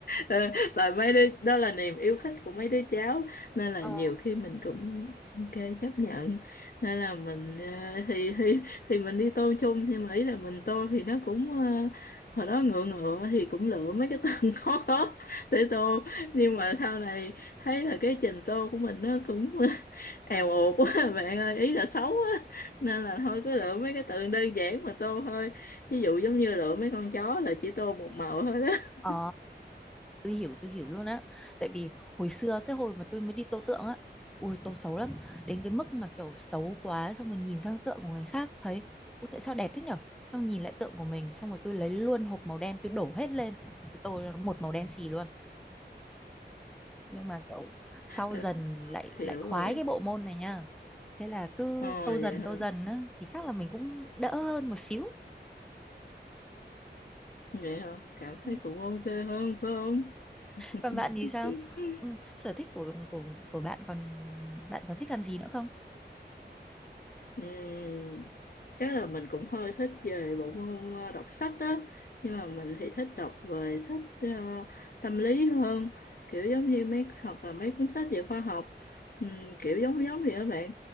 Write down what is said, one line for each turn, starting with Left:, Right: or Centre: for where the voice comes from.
Left: Ờ, tại mấy đứa đó là niềm yêu thích của mấy đứa cháu nên là
Centre: <laughs>
Left: nhiều
Centre: Ờ,
Left: khi mình cũng ok chấp nhận nên là mình ờ, thì thì thì mình đi tô chung nhưng mà ý là mình tô thì nó cũng ờ, hồi đó ngựa ngựa thì cũng lựa mấy cái từ <laughs> khó khó để tô nhưng mà sau này thấy là cái trình tô của mình nó cũng <laughs> èo uột quá <laughs> bạn ơi ý là xấu á nên là thôi cứ lựa mấy cái từ đơn giản mà tô thôi ví dụ giống như lựa mấy con chó là chỉ tô một màu thôi đó <laughs>
Centre: ờ, tôi hiểu tôi hiểu luôn á tại vì hồi xưa cái hồi mà tôi mới đi tô tượng á ui tô xấu lắm đến cái mức mà kiểu xấu quá xong rồi nhìn sang tượng của người khác thấy ui tại sao đẹp thế nhở xong nhìn lại tượng của mình xong rồi tôi lấy luôn hộp màu đen tôi đổ hết lên tôi tô cho nó một màu đen xì luôn nhưng mà kiểu sau
Left: Ừ,
Centre: dần lại
Left: hiểu
Centre: lại khoái
Left: rồi
Centre: cái bộ môn này nha thế là cứ
Left: Ờ
Centre: tô dần
Left: vậy hả?
Centre: tô dần á thì chắc là mình cũng đỡ hơn một xíu
Left: Vậy hả? Cảm
Centre: Ừ.
Left: thấy cũng ok hơn phải không?
Centre: còn bạn
Left: <laughs>
Centre: thì sao Ừ, sở thích của của của bạn còn bạn còn thích làm gì nữa không
Left: Ừm, Chắc là mình cũng hơi thích về bộ môn ờ, đọc sách đó. Nhưng mà mình thì thích đọc về sách ờ, tâm lý hơn. Kiểu giống như mấy hoặc là mấy cuốn sách về khoa học. Ừm, kiểu giống giống vậy các bạn.